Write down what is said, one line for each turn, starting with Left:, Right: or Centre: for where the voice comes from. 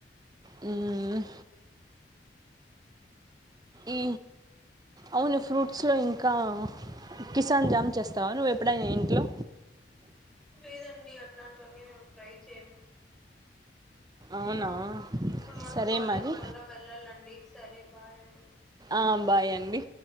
Right: మ్మ్ ఈ అవును ఫ్రూట్స్ లో ఇంకా కిసాన్ జామ్ చేస్తావా నువ్వు ఎప్పుడైనా ఇంట్లో
Centre: లేదండి అట్లాంటివన్నీ మేము ట్రై చేయం. అయినా
Right: అవునా
Centre: ఇప్పుడు మాకు
Right: సరే
Centre: కాలేజ్
Right: మరి
Centre: మళ్ళా వెళ్ళాలండి సరే బాయ్ అండి.
Right: ఆ బాయ అండి.